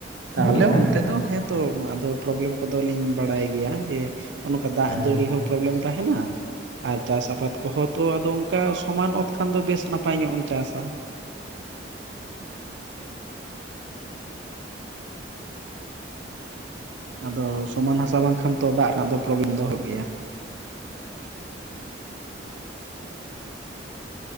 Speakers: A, on the right; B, on the left.
A: ᱛᱟᱞᱦᱮ
B: ᱵᱩᱨᱩ ᱠᱟᱱ
A: ᱚᱱᱛᱮ
B: ᱜᱮᱭᱟ
A: ᱫᱚ ᱦᱮᱸ ᱛᱚ ᱟᱫᱚ ᱯᱨᱚᱵᱽᱞᱮᱢ ᱠᱚᱫᱚᱞᱤᱧ ᱵᱟᱲᱟᱭ ᱜᱮᱭᱟ ᱡᱮ ᱱᱚᱝᱠᱟ ᱫᱟᱜ
B: ᱦᱮᱸ
A: ᱡᱟᱹᱲᱤ ᱦᱚᱸ ᱯᱨᱚᱵᱽᱞᱮᱢ ᱛᱟᱦᱮᱱᱟ ᱟᱨ ᱪᱟᱥ ᱟᱵᱟᱫ ᱠᱚᱦᱚᱸ ᱛᱚ ᱟᱫᱚ ᱚᱱᱠᱟ ᱥᱚᱢᱟᱱ ᱚᱛ ᱠᱷᱟᱱ ᱫᱚ ᱵᱮᱥ ᱱᱟᱯᱟᱭ ᱧᱚᱜ ᱮᱢ ᱪᱟᱥᱟ ᱟᱫᱚ ᱥᱚᱢᱟᱱ ᱦᱟᱥᱟ ᱵᱟᱝᱠᱷᱟᱱ ᱛᱚ ᱫᱟᱜ ᱨᱮᱱᱟᱜ ᱫᱚ ᱯᱨᱚᱵᱞᱮᱢ ᱫᱚ ᱦᱳᱭᱳᱜ ᱜᱮᱭᱟ